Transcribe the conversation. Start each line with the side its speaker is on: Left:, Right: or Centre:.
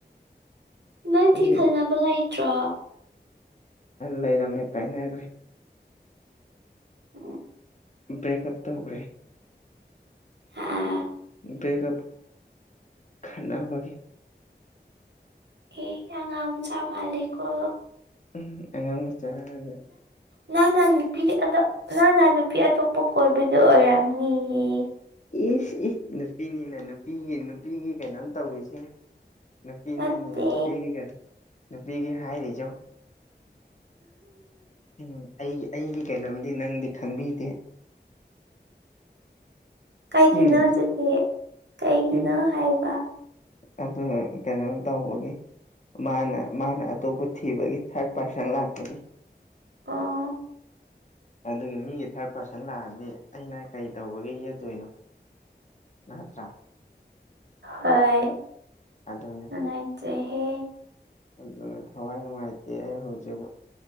Right: ꯅꯪꯗꯤ
Left: ꯑꯩ
Right: ꯈꯟꯅꯕ ꯂꯩꯇ꯭ꯔꯣ
Left: ꯂꯩꯔꯝꯃꯦ ꯀꯥꯏꯅꯈ꯭ꯔꯦ
Right: ꯎꯝ
Left: ꯕ꯭ꯔꯦꯛꯀꯞ ꯇꯧꯈ꯭ꯔꯦ
Right: ꯑꯥ
Left: ꯕꯔ꯭ꯦꯛꯀꯥꯞ ꯈꯠꯅꯕꯒꯤ
Right: ꯑꯥ ꯑꯉꯥꯡ ꯃꯆꯥ ꯃꯟꯂꯤꯀꯣ
Left: ꯎꯝ ꯑꯉꯥꯡ ꯃꯆꯥꯒ
Right: ꯅꯪꯅ ꯅꯨꯄꯤꯗꯤ ꯑ ꯅꯪꯅ ꯅꯨꯄꯤ ꯑꯇꯣꯞꯄ ꯀꯣꯏꯕꯗꯨ ꯑꯣꯏꯔꯝꯅꯤꯌꯦ
Left: ꯏꯁ ꯑꯦ ꯅꯨꯄꯤꯅꯤꯅ ꯅꯨꯄꯤꯒꯤ ꯅꯨꯄꯤꯒꯤ ꯀꯩꯅꯣꯝ ꯇꯧꯔꯤꯁꯦ ꯅꯨꯄꯤꯅꯅꯦ
Right: ꯅꯠꯇꯦ
Left: ꯅꯨꯄꯤꯒꯤ ꯅꯨꯄꯤꯒꯤ ꯍꯥꯏꯔꯤꯖ ꯎꯝ ꯑꯩꯒꯤ ꯑꯩꯒꯤ ꯀꯩꯅꯣꯝꯗꯤ ꯅꯪꯗꯤ ꯈꯪꯕꯤꯗꯦ
Right: ꯀꯩꯒꯤꯅꯣ
Left: ꯎꯝ
Right: ꯑꯗꯨꯗꯤ ꯀꯩꯒꯤꯅꯣ
Left: ꯎꯝ
Right: ꯍꯥꯏꯕ
Left: ꯑꯗꯨ ꯀꯩꯅꯣ ꯇꯧꯕꯒꯤ ꯃꯥꯅ ꯃꯥꯅ ꯑꯇꯣꯞꯄ ꯊꯤꯕꯒꯤ ꯊꯥꯔꯠ ꯄꯥꯔꯁꯟ ꯂꯥꯛꯄꯒꯤ
Right: ꯑꯣ
Left: ꯑꯗꯨꯒꯤ ꯃꯤꯒꯤ ꯊꯥꯔꯠ ꯄꯥꯔꯁꯟ ꯂꯥꯛꯑꯗꯤ ꯑꯩꯅ ꯀꯩꯇꯧꯕꯒꯤ ꯌꯦꯠꯇꯣꯏꯅꯣ ꯅꯠꯇ꯭ꯔꯥ
Right: ꯍꯣꯏ
Left: ꯑꯗꯨꯅꯤ
Right: ꯅꯨꯡꯉꯥꯏꯇꯦ ꯍꯦ
Left: ꯑꯗꯨꯅ ꯊꯋꯥꯏ ꯅꯨꯡꯉꯥꯏꯇꯦ ꯑꯩ ꯍꯧꯖꯤꯛꯕꯧ